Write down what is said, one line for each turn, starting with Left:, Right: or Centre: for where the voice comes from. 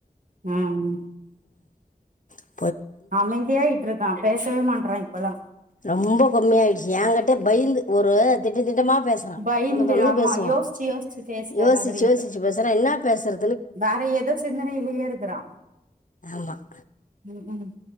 Right: ம்
Left: உ
Right: அமைதியாய்ட்ருக்கா பேசவே மாட்றா இப்பல்லா
Left: ரொம்ப கம்மியாய்டுச்சு எங்கிட்ட பய்ந்து ஒரு திட்ட திட்டமா பேச றா
Right: பயந்து
Left: தொன தொனன்னு
Right: ஆமா
Left: பேசுவா
Right: யோசிச்சு யோசிச்சு பேசுற
Left: யோசிச்சு
Right: மாதிரி இருக்கு
Left: யோசிச்சு பேசறா என்னா பேசற
Right: வேற எதோ சிந்தனைலியே இருக்கறா
Left: ஆமாம்
Right: ம் ம்